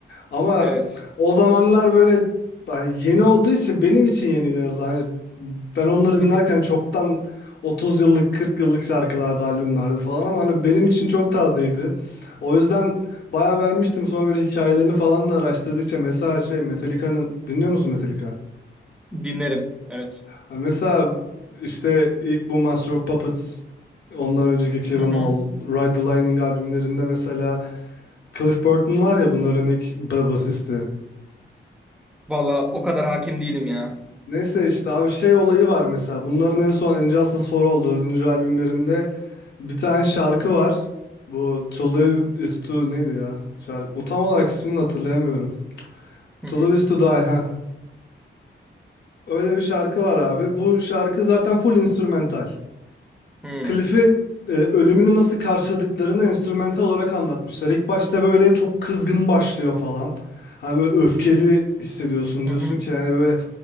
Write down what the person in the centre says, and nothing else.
Evet.
Hı
hı.
Dinlerim. Evet.
Hı
hı.
Valla o kadar hakim değilim ya.
Hı
hı.
Hı.
Hı
hı.